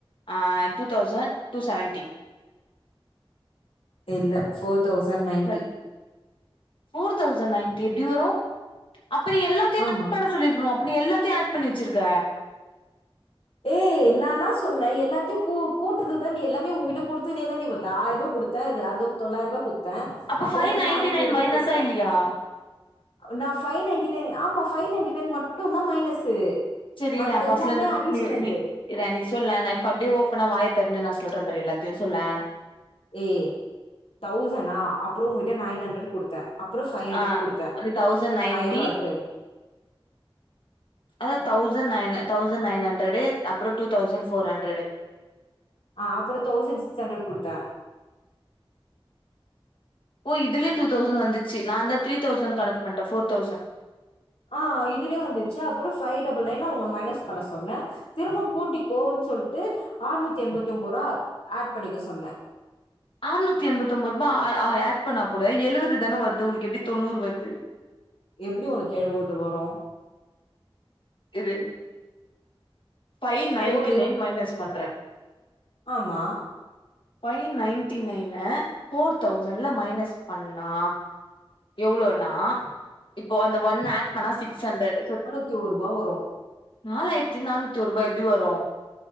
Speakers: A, on the left; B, on the left.
A: ஆ டூ தௌசண்ட் டூ செவன்ட்டி
B: ஏ இல்ல four thousand ninety
A: sorry four thousand ninety எப்டி வரு அப்ப நீ எல்லாத்தையு
B: ஆமா
A: ஆட் பண்ண சொல்லிருக்கனு அப்ப நீ எல்லாத்தையு ஆட் பண்ணி வெச்சிருக்க
B: ஏய் நா என்னா சொன்ன எல்லாத்தையு கூ கூட்டறதுக்கு தாண்டி எல்லாமே உங்கிட்ட குடுத்துனே தாண்டி வந்த ஆயிருபா குடுத் த அது அதுக்கப்பற தொள்ளாயிருபா குத்தே
A: அப்ப
B: அப்பற
A: ஃபைவ்
B: திரும்ப
A: நைன்டி
B: ஐநூறுபா
A: நைன் மைனஸா
B: குத்தே
A: இல்லையா
B: நா ஃபை நைன்டி நைன் ஆமா ஃபைவ் நைன்டி நைன் மட்டுந்தா மைனஸு
A: செரி
B: மத்த
A: இரு நா ஃபஸ்ட்லந்து
B: எல்லாமே அடிஷ்னல்
A: வெ நீ இத நீ சொல்லே நா இப்ப அப்டியே ஓப்பனா வாய தெறந்து நா சொல்றம் பாரு எல்லாத்தையு சொல்லே
B: ஏ தௌசனா அப்பற உங்கிட்ட நைன் ஹண்ட்ரட் குடுத்த அப்பற ஃபைவ் ஹண்ட்ரட்
A: ஆ
B: குடுத்த
A: ஒரு தௌசண்ட் நைன்டி
B: ஆ எவ்ள ஆச்சு
A: அதா thousand nine thousand nine hundred அப்பற டூ தௌசண்ட் ஃபோர் ஹண்ட்ரடு
B: ஆ அப்பற தௌசண்ட் சிக்ஸ் ஹண்ட்ரட் குடுத்த
A: ஓ இதுலயே டூதெளசண்ட் வந்துச்சு நாந்தா த்ரீ தௌசண்ட் கணக் பண்ட்ட ஃபோர் தௌசண்
B: ஆ இதுலயு வந்துச்சு அப்பற ஃபைவ் டபுள் நைன் உன்ன மைனஸ் பண்ண சொன்ன திரும்பக் கூட்டிக்கோன் சொல்ட்டு ஆறுநூத்தி எண்பத்தி ஒன்போ ரூபா ஆட் பண்ணிக்க சொன்ன
A: ஆறுநூத்தி எண்பத்தி ஒன்போ ரூபா ஆ அ ஆட் பண்ணா கூட எழுபது தானே வருது உனக்கு எப்டி தொண்ணூறு வருது
B: எப்டி உனக்கு எழுவது வரு
A: இரு ஃபைவ் நைன்டி
B: போடு
A: நைன் மைனஸ் பண்ற
B: ஆமா
A: ஃபைவ் நைன்டி நைன ஃபோர் தௌசண்ட்ல மைனஸ் பண்ணா எவ்ளோனா இப்போ அந்த ஒன் ஆட் பண்ணா சிக்ஸ் ஹண்ரேட்
B: த்தி ஒரு ரூபா வரு
A: நாலாயிரத்தி நானூத்தி ஒரு ரூபா எப்டி வரு